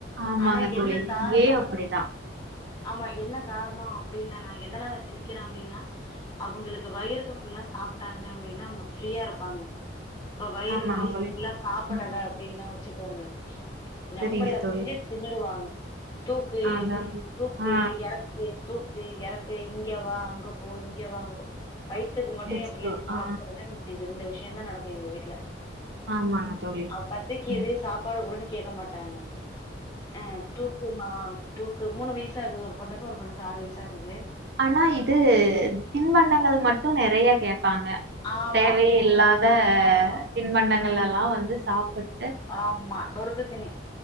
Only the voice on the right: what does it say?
ஆமாங்க
தோழி.
இங்கேயும் அப்படிதான்.
ஆமாங்க
தோழி.
ம்.
சரிங்க தோழி.
ஆ அதான்.
ஆ
எஸ்
தோ
ஆ
ஆமாங்க தோழி
ம்.
ஆனா இது தின்பண்டங்கள் மட்டும் நிறைய கேட்பாங்க
தேவ இல்லாத
தின்பண்டங்கள் எல்லாம் வந்து சாப்பட்டு